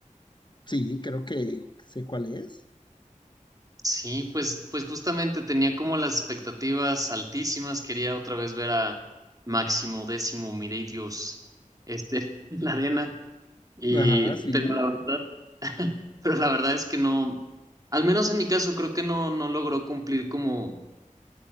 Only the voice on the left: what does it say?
sí, creo que sé cuál es.
Ajá, sí,